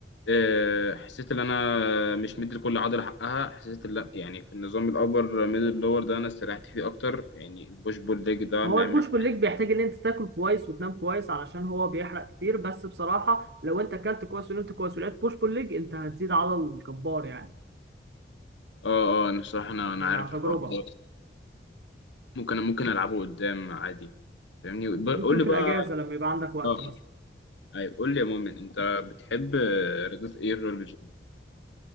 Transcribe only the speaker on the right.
هو
البوش
بول ليج بيحتاج ان انت تاكل كويس وتنام كويس علشان هو بيحرق كتير بس بصراحة لو انت اكلت كويس ونمت كويس ولعبت بوش بول ليج انت هتزيد عضل جبار يعني
يعني
عن تجربة
ممكن
في
الاجازه لما يبقى عندك وقت
مثلا